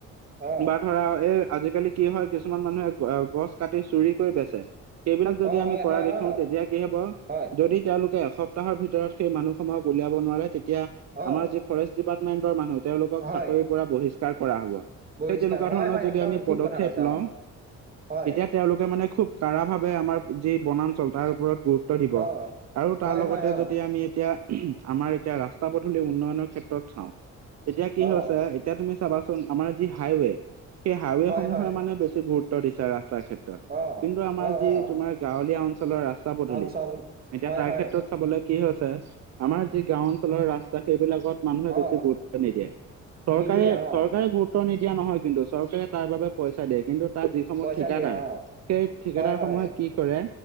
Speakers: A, on the right; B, on the right.
A: অ
B: বা ধৰা এই আজিকালি কি হয় কিছুমান মানুহে গছ কাটি চুৰি কৰি বেচে। সেইবিলাক যদি
A: অ
B: আমি
A: হয়
B: কৰা
A: হয়
B: দেখো।
A: অ
B: তেতিয়া কি হব
A: হয়
B: যদি তেওঁলোকে এস সপ্তাহৰ ভিতৰত সেই মানুহ সমূহক উলিয়াব নোৱাৰে, তেতিয়া
A: অ
B: আমাৰ যি ফৰেষ্ট ডিপাৰ্টমেন্টৰ মানুহ তেওঁলোকক
A: হয়
B: চাকৰিৰ পৰা বহিষ্কাৰ কৰা হ'ব।
A: বহিষ্কাৰ
B: সেই তেনেকুৱা
A: হয়
B: ধৰণৰ
A: হয়
B: যদি
A: একদম
B: আমি পদক্ষেপ
A: ঠিক কথা কৈছা
B: লওঁ
A: অ হয়
B: তেতিয়া। তেওঁলোকে মানে খুব কাৰাভাৱে আমাৰ যি বনাঞ্চল তাৰ ওপৰত গুৰুত্ব গুৰুত্ব দিব
A: অ
B: আৰু। তাৰ
A: হয়
B: লগতে
A: হয় অ
B: যদি আমি এতিয়া আমাৰ এতিয়া ৰাস্তা পদূলি উন্নয়নৰ ক্ষেত্ৰত চাওঁ এতিয়া কি
A: অ
B: হৈছে। এতিয়া তুমি চাবাচোন আমাৰ যি হাইৱে সেই হাইৱে
A: হয়
B: সমূহে
A: হয়
B: মানে বেছি গুৰুত্ব দিছে ৰাস্তাৰ ক্ষেত্ৰত।
A: অ
B: কিন্তু আমাৰ
A: অ
B: যি
A: অ
B: তোমাৰ গাঁৱলীয়া অঞ্চলৰ ৰা ৰাস্তা-পদূলি
A: অঞ্চল
B: এতিয়া
A: হয়
B: তাৰ
A: হয়
B: ক্ষেত্ৰত চাবলে কি হৈছে আমাৰ যি গাঁও অঞ্চলৰ ৰাস্তা সেইবিলাকত? মানুহে বেছি
A: অ
B: গুৰুত্ব নিদিয়ে চৰকাৰে-চৰকাৰে
A: নিদিয়ে অ
B: গুৰুত্ব। নিদিয়া নহয় কিন্তু চৰকাৰে তাৰ বাবে পইচা দিয়ে কিন্তু এটা যিসমূহ
A: পইচা
B: ঠিকাদাৰ
A: দিয়ে অ
B: সেই ঠিকাদাৰ
A: হয় হয়
B: সমূহে কি কৰে